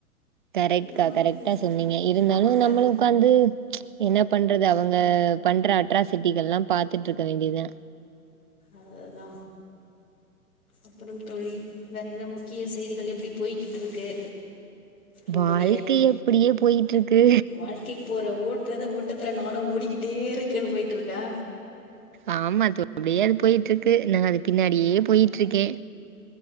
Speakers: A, on the right; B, on the left.
A: கரெக்ட்
B: நமக்கு
A: கா கரெக்டா சொன்னீங்க இருந்தாலு
B: நமக்கு
A: நம்மலு
B: அதே
A: உக்காந்து என்ன பண்றது அவங்க பண்ணுற அட்ராசிட்டிகல்லா பாத்துட்டு இருக்க வேண்டியத
B: அதுதா அப்புறம் தோழி வேற என்ன முக்கிய செய்திகள் எப்டி போயிகிட்டு இருக்கு உங்களுடைய
A: வாழ்க்கை எப்டியே போயிட்டு இருக்கு
B: வாழ்க்கை போற ஓட்டுறது ஓட்டத்துல நானு ஓடிக்கிட்டே இருக்கேன்னு போயிட்டுருக்கா
A: ஆமா தோ அப்டியே அது போயிட்டு இருக்கு நா அது பின்னாடியே போயிட்டுருக்கே